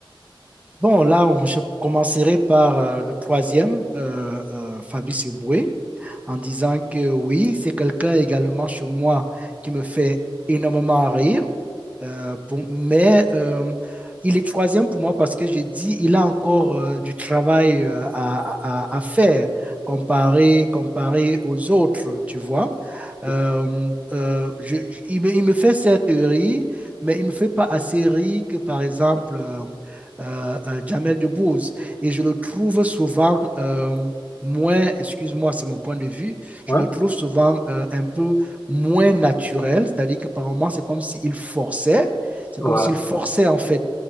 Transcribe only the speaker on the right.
Bon, là, on- je commencerai par euh, le troisième, euh, euh, Fabrice Eboué, en disant que oui, c'est quelqu'un également chez moi qui me fait énormément rire. Euh, pour- mais euh, il est troisième pour moi parce que je dis il a encore euh, du travail euh, à, à- à faire comparé, comparé aux autres, tu vois. Euh,
euh, je- je- il me, il me fait cette rire, mais il me fait pas assez rire que, par exemple, euh, euh, euh, Jamel Debbouze. Et je le trouve souvent euh, moins, excuse-moi, c'est mon point de vue,
je le trouve souvent euh, un peu moins naturel, c'est-à-dire que par moments, c'est comme s'il forçait, c'est
comme s'il forçait en fait.